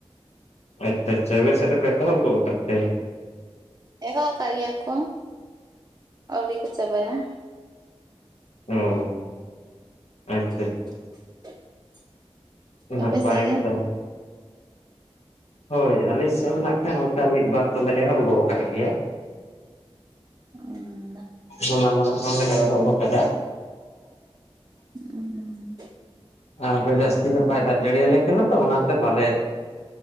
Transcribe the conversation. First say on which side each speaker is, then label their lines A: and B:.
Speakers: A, on the left; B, on the right.
A: ᱟᱪᱷᱟ ᱟᱪᱷᱟ ᱟᱵᱤᱱ ᱥᱮᱫ ᱫᱚᱠᱚ ᱮᱛᱚᱦᱚᱵ ᱜᱚᱫ ᱠᱟᱫ ᱛᱮ?
B: ᱮᱦᱚᱵ ᱠᱟᱜ ᱜᱮᱭᱟ ᱠᱚ ᱟᱹᱣᱨᱤ ᱠᱚ ᱪᱟᱵᱟᱭᱟ᱾
A: ᱚ᱾ ᱟᱪᱪᱷᱟ
B: <inaudible>
A: ᱟᱪᱪᱷᱟ ᱱᱟᱯᱟᱭ
B: ᱟᱯᱮ ᱥᱮᱫ
A: ᱜᱮ ᱛᱟᱦᱞᱮ᱾ ᱦᱳᱭ ᱟᱹᱞᱤᱧ ᱥᱮᱫ ᱦᱚᱸ ᱱᱟᱸᱜ ᱠᱷᱟᱱ ᱚᱱᱠᱟ ᱢᱤᱫ ᱵᱟᱨ ᱫᱚᱞᱮ ᱮᱦᱚᱵ ᱜᱚᱜ ᱠᱟᱜ ᱜᱮᱭᱟ᱾
B: ᱩᱸ᱾
A: ᱦᱚᱞᱟ ᱢᱟᱫᱷᱮᱨ ᱠᱷᱚᱱ ᱜᱮᱞᱮ ᱮᱦᱚ ᱵᱚᱜ ᱠᱟᱫᱟ᱾
B: ᱩᱸ᱾
A: ᱟᱨ ᱚᱱᱠᱟ ᱡᱟᱹᱥᱛᱤ ᱧᱚᱜ ᱵᱟᱭ ᱫᱟᱜ ᱡᱟᱹᱲᱤ ᱟᱞᱮ ᱠᱟᱱᱟ ᱛᱚ ᱚᱱᱟᱛᱮ ᱵᱟᱞᱮ